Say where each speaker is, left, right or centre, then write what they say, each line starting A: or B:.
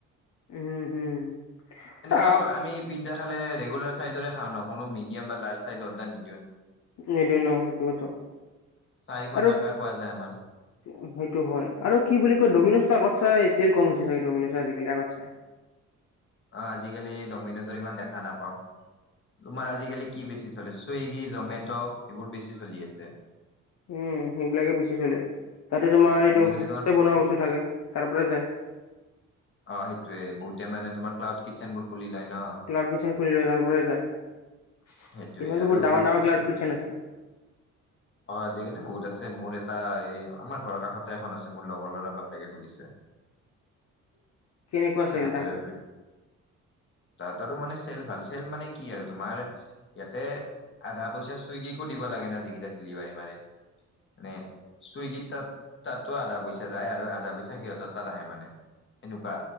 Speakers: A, on the left; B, on the left.
A: উম হুম। আ
B: ত আমি পিজ্জা খালে ৰেগুলাৰ চাইজৰে খাওঁ ন কোনো মিডিয়াম বা লাৰ্জ চাইজৰ অৰ্ডাৰ নি
A: এইটো ন সেইটোত
B: চাৰিখন
A: আৰু
B: থাকা খোৱা যায় আমাৰ
A: সেইটো হয় আৰু কি বুলি কয় ডমিনজটো আগত চাই চেল কম হৈছে চাগে ডমিনজত আজি কালি আগতছে।
B: অ আজিকালি ডমিনোজৰ ইমান দেখা নাপাওঁ। তোমাৰ আজিকালি কি বেছি চলে চুইগি, জমেট' এইবোৰ বেছি চলি আছে।
A: উম সেইবিলাকে বেছি চলে। তাতে তোমাৰ এইটো
B: আজিকালি
A: কোৱা
B: তোমাৰ
A: বনোৱা বস্তু থাকে তাৰ পৰা যায়।
B: অ সেইটোৱে বহুতে মানে তোমাৰ ক্লাউড কিটচেন বোৰ খুলি লয়। ন।
A: ক্লাউড কিচন খুলি লয় তাৰপৰা যায়। সেইফালে
B: সেইটোয়ে আৰু
A: বহুত ডাঙৰ ডাঙৰ ক্লাউড
B: চুই
A: কিটচেন আছে।
B: আজিকালি বহুত আছে মোৰ। এটা এই আমাৰ ঘৰৰ কাষতে এখন আছে মোৰ লগৰ ল'ৰা বাপেকে খুলিছে। <unintelligible>
A: কেনেকুৱা
B: তাহতৰে
A: চেল তাহাঁতৰ
B: তাহতৰো মানে চেল ভাল চেল মানে কি আৰু তোমাৰ ইয়াতে আধা পইচা চুইগিকো দিব লাগে না যিকেইটা ডেলিভাৰী। মানে। মানে চুইগিত তাত তাতো আধা পইচা যায় আৰু আধা পইচা সিহঁতৰ তাত আহে মানে। এনোকুৱা।